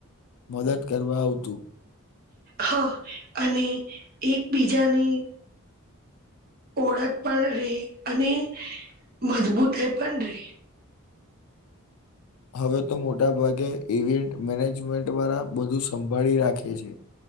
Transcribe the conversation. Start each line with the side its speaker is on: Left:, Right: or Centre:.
Left: મદદ કરવા આવતું.
Right: હા, અને એકબીજાની ઓળખ પણ રે અને મજબૂતાઈ પણ રે.
Left: હવે તો મોટા ભાગે ઇવેન્ટ મેનેજમેન્ટ વાળા બધું સંભાળી રાખે છે.